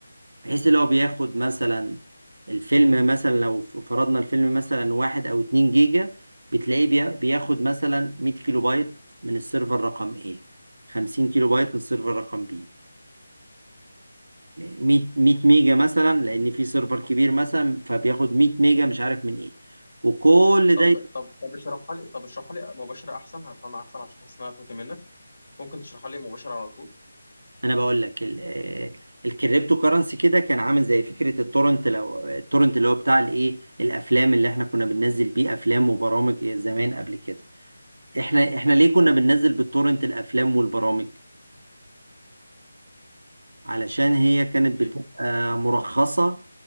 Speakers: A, on the right (about 80°); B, on the left (about 35°).
A: بحيث اللي هو بياخد مثلا الفيلم مثلا لو فرضنا الفيلم مثلا واحد او اتنين جيجا بتلاقيه بيا- بياخد مثلا مية كيلو بايت من السيرفر رقم ايه خمسين كيلو بايت من السيرفر رقم بي مية مية ميجا مثلا لان في سيرفر كبير مثلا فبياخد مية ميجا مش عارف من ايه وكل
B: طب
A: ده
B: طب طب اشرحها لي طب اشرحها لي مباشره احسن هفهمها احسن عشان حاسس انها توتي منك ممكن تشرحها لي مباشره على طول
A: انا بقول لك ال- آه، الكريبتو كرنسي كده كان عامل زي فكره التورنت لو التورنت اللي هو بتاع الايه الافلام اللي احنا كنا بننزل بيه افلام وبرامج زمان قبل كده احنا احنا ليه كنا بننزل بالتورنت الافلام والبرامج علشان هي كانت
B: ليه
A: بتبقى مرخصه